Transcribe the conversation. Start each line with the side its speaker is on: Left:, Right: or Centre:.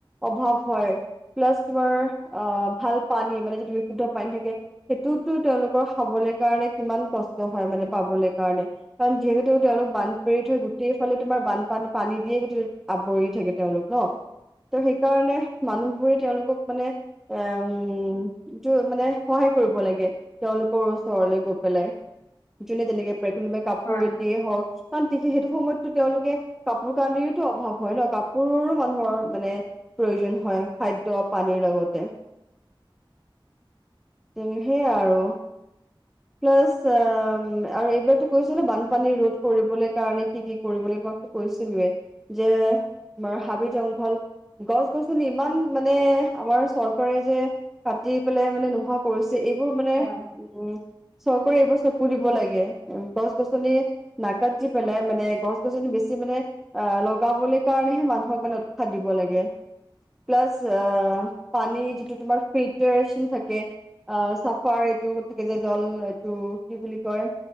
Centre: অভাৱ হয়, প্লাছ তোমাৰ- অ' ভাল পানী মানে যিটো বিশুদ্ধ পানী থাকে, সেইটোতো তেওঁলোকৰ খাবলে কাৰণে- কিমান কষ্ট হয় মানে পাবলে কাৰণে। কাৰণ, যিহেতু তেওঁলোক বানপীড়িত হয় গোটেই ফালে তোমাৰ বান- পানী পানী দিয়েই পৃথিৱিত আৱৰি থাকে তেওঁলোক ন। ত' সেইকাৰণে মানুহবোৰে তেওঁলোকক মানে- এ অঁ, উম টো মানে সহায় কৰিব লাগে, তেওঁলোকৰ ওচৰলে গৈ পেলাই। যোনে যেনেকে পাৰে কোনোবাই কাপোৰ
Left: হয়।
Centre: এটিয়ে হওক, কাৰণ সেইটো সময়ততো তেওঁলোকে- কাপোৰ কানিৰতো অভাৱ হয় ন, কাপ- পোৰৰো মানুহৰ মানে প্ৰয়োজন হয়, খাদ্য পানীৰ লগতে। তেনে সেইয়া আৰু। প্লাছ অ আৰু এইবিলাকতো কৈছে ন বানপানীৰ
Left: হয়।
Centre: ৰোধ- কৰিবলৈ কাৰণে কি কি কৰিবলৈ তোমাকটো কৈছিলোয়ে। যে- তোমাৰ হাবি জংঘল- গছ গছনি ইমান মানে, আমাৰ চৰকাৰে যে কাটি পেলাই মানে নোহোৱা- কৰিছে। এইবোৰ মানে
Left: হয়,
Centre: উম চৰকাৰে এইবোৰ চকু দিব লাগে। গছ গছনি- নাকাটি পেলাই মানে, গছ গছ বেছি মানে- অ লগাবলে কাৰণেহে মানুহক মানে উৎসাহ দিব লাগে। প্লাছ- ধৰা, পানী যিটো তোমাৰ ফিল্টাৰেচন থাকে- অ চাফাৰ এইটো থাকে যে জল এইটো কি বুলি কয়?